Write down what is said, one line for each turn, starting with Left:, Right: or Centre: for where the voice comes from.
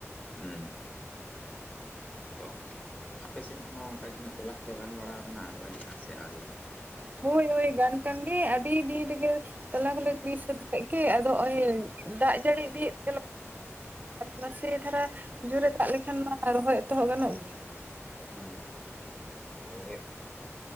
Left: ᱦᱮᱸ ᱛᱚ ᱟᱯᱮ ᱥᱮᱫ ᱦᱚᱸ ᱚᱱᱠᱟ ᱛᱚᱞᱟ ᱠᱚᱫᱚ ᱜᱟᱱ ᱵᱟᱲᱟ ᱠᱟᱱᱟ ᱨᱚᱦᱚᱭ ᱞᱮᱠᱟ ᱥᱮ ᱟᱹᱣᱨᱤᱭᱟᱹ?
Right: ᱦᱩᱭ ᱦᱩᱭ ᱜᱟᱱᱠᱟᱱ ᱜᱮ ᱟᱹᱰᱤ ᱫᱤᱱᱨᱮᱜᱮ ᱛᱟᱞᱟ ᱠᱚᱞᱮ ᱜᱤ ᱥᱟᱹᱛ ᱟᱠᱟᱜ ᱜᱮ ᱟᱫᱚ ᱱᱚᱜᱼᱚᱭ ᱫᱟᱜ ᱡᱟᱹᱲᱤ ᱤᱫᱤᱭ ᱛᱮ ᱱᱟᱥᱮ ᱫᱷᱟᱨᱟ ᱡᱳᱨᱮᱨᱮ ᱫᱟᱜ ᱞᱮᱠᱷᱟᱱ ᱢᱟ ᱨᱚᱦᱚᱭ ᱮᱛᱚᱦᱚᱵ ᱜᱟᱱᱚᱜ ᱜᱮᱭᱟ ᱾
Left: ᱦᱮᱸ <inaudible> ᱢᱤᱭᱟᱹ <inaudible> <inaudible>